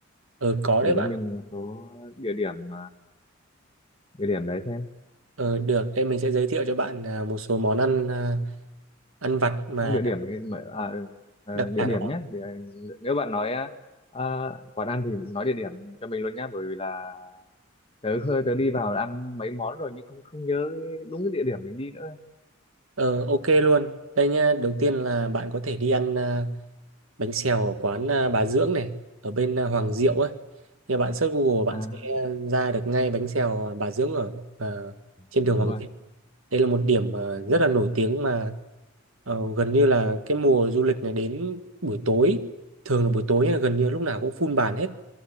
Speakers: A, on the right (about 80°); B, on the left (about 25°).
A: Ờ có
B: chỉ
A: đấy bạn.
B: cho mình một số địa điểm địa điểm đấy xem
A: Ờ được, Em mình sẽ giới thiệu cho bạn à, một số món ăn à, ăn vặt mà
B: không địa điểm
A: đặc
B: thì mà- à, ừ, ờ,
A: đặc
B: địa
A: sản
B: điểm
A: ở đó.
B: nhé thì, ờ, nếu bạn nói ờ, à, quán ăn thì nói địa điểm cho mình luôn nhá bởi vì là tớ hơi tớ đi vào ăn mấy món rồi nhưng không không nhớ cái- đúng cái địa điểm mình đi nữa
A: Ờ ok luôn. Đây nhá, đầu tiên là bạn có thể đi ăn à, bánh xèo ở quán à, Bà Dưỡng này, ở bên à, Hoàng Diệu ấy. Thì bạn search Google bạn
B: à
A: sẽ ra được ngay bánh xèo Bà Dưỡng ở à, trên
B: đúng
A: đường Hoàng
B: rồi
A: Diệu. Đây là một điểm à,
B: Ừ,
A: rất là nổi tiếng mà Ờ, gần như là cái mùa du lịch này đến buổi tối thường là buổi tối là gần như lúc nào cũng full bàn hết